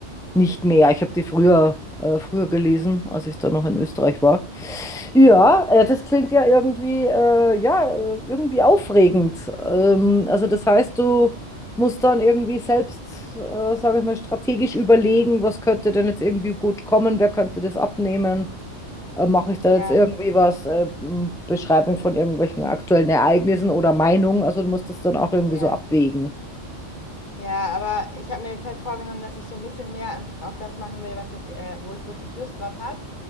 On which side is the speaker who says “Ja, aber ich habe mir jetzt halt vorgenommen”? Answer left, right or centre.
Left